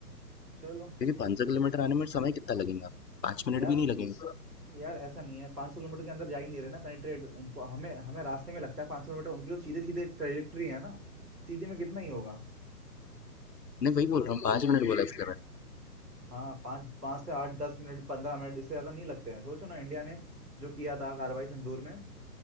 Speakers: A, on the right (about 75°); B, on the left (about 90°).
A: चलो
B: क्योंकि 500 किलोमीटर आने में समय कितना लगेगा? 5 मिनट
A: यार
B: भी नहीं लगेंगे।
A: यार ऐसा नहीं है पाँच सौ किलोमीटर के अंदर जा ही नहीं रहे ना पेनिट्रेट हमें हमें रास्ते में लगता है पाँच सौ किलोमीटर उनकी जो सीधे सीधे ट्रेजेक्ट्री है ना सीधे में कितना ही होगा
B: नहीं वही बोल रहा हूँ 5 मिनट बोला इसलिए मैंने
A: हाँ पाँच पाँच से आठ दस मिनट पंद्रह मिनट इससे ज्यादा नहीं लगते हैं सोचो ना इंडिया ने जो किया था कार्रवाई संदूर में